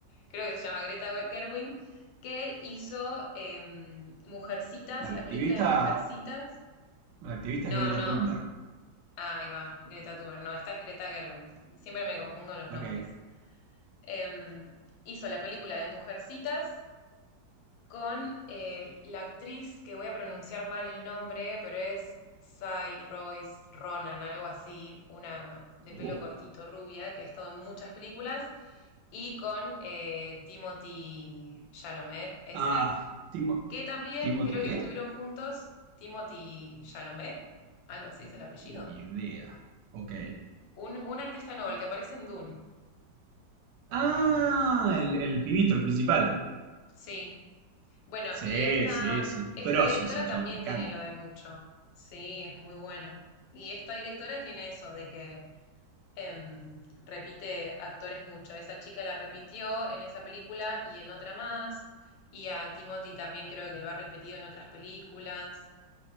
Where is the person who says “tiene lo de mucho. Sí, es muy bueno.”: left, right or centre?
Left